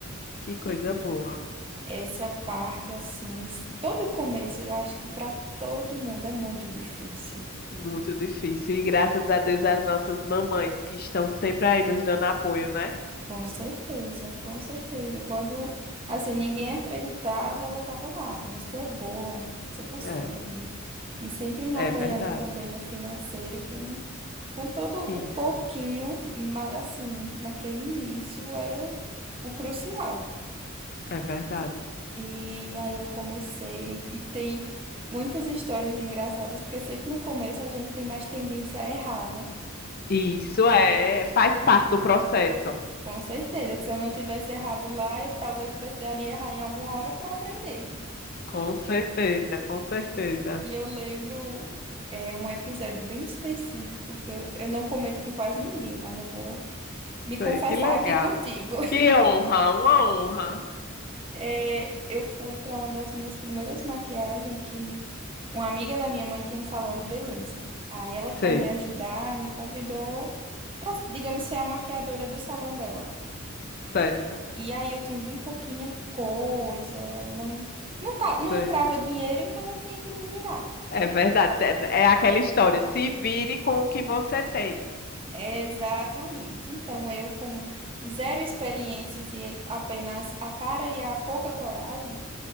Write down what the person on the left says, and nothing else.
Que coisa
boa.
Muito difícil. E graças a Deus as nossas mamães que estão sempre aí nos dando apoio, né?
É,
é
verdade.
Isso,
é verdade.
Isso é, faz parte do processo.
Com certeza, com certeza.
Sei, que legal.
Que honra, uma honra.
Sei,
certo,
sei.
É verdade. É, é aquela história. Se vire com o que você tem.